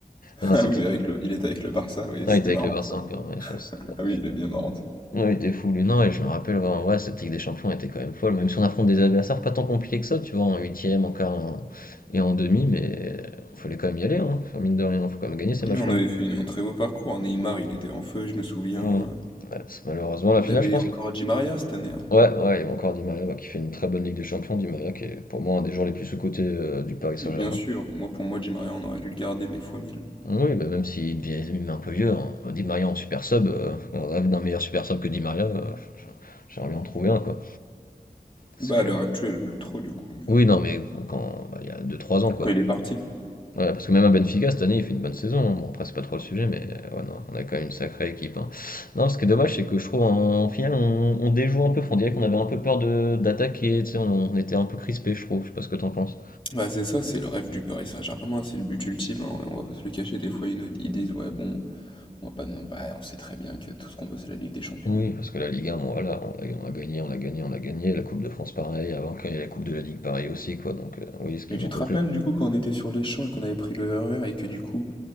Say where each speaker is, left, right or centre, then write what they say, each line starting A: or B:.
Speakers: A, on the left; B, on the left.
A: <laughs>
B: Non,
A: Ah
B: c'était.
A: oui, mais avec le... il était avec le Barça, oui,
B: Non,
A: c'était
B: il était avec
A: marrant
B: le Barça
A: ça.
B: encore. Ouais, je sais pas, c'était- bon.
A: Ah oui, il est bien marrant.
B: Ouais, il était fou, lui. Non, et je me rappelle, ouais, en vrai, cette Ligue des Champions était quand même folle. Même si on affronte des adversaires pas tant compliqués que ça, tu vois, en huitième, en quart en- et en demi, mais il fallait quand même y aller, hein. Enfin, mine de rien, faut quand même gagner ces
A: Mais
B: matchs-là.
A: on avait
B: hein.
A: fait une- un très beau parcours. Neymar, il était en feu, je me souviens.
B: Mmh.
A: Euh,
B: Ouais, c'est malheureusement la
A: On
B: finale,
A: avait
B: je pense.
A: encore
B: là.
A: Di Maria cette année. hein.
B: Ouais, ouais, il y a encore Di Maria bah, qui fait une très bonne Ligue des Champions. Di Maria qui est pour moi un des joueurs les plus sous-cotés euh, du Paris Saint-Germain.
A: Mais bien sûr, moi pour moi, Di Maria, on aurait dû le garder, mais fois mille.
B: Oui, bah, même s'il devient devient un peu vieux, hein, Di Maria en super sub, euh, on rêve d'un meilleur super sub que Di Maria. euh, j- j- J'aimerais bien en trouver un, quoi. Parce
A: Bah
B: que...
A: à l'heure actuelle, plus trop du coup, mais
B: Oui, non, mais quand bah, il y a deux trois ans, quoi.
A: quand il est parti.
B: Ouais, parce que même à Benfica, cette année, il fait une bonne saison. hein. Bon, après, c'est pas trop le sujet, mais euh, ouais, non, on a quand même une sacrée équipe. hein. Non, ce qui est dommage, c'est que je trouve en, en finale, on, on déjoue un peu. On dirait qu'on avait un peu peur de d'attaquer. Tu sais, on, on était un peu crispé, je trouve. Je sais pas ce que t'en penses.
A: Bah c'est ça, c'est le rêve du Paris Saint-Germain, c'est le but ultime, hein, On va pas se le cacher, des fois ils nous ils disent ouais bon, on va pas non bah, on sait très bien que tout ce qu'on veut c'est la Ligue des Champions.
B: Oui, parce que la Ligue 1, bon, voilà, on l'a on a gagné, on l'a gagné, on l'a gagné. La Coupe de France, pareil. Avant qu'il y ait la Coupe de la Ligue, pareil aussi, quoi. Donc, euh, oui, ce qui
A: Mais tu
B: manque
A: te
B: au
A: rappelles
B: club.
A: du coup quand on était sur les champs et qu'on avait pris le RER et que du coup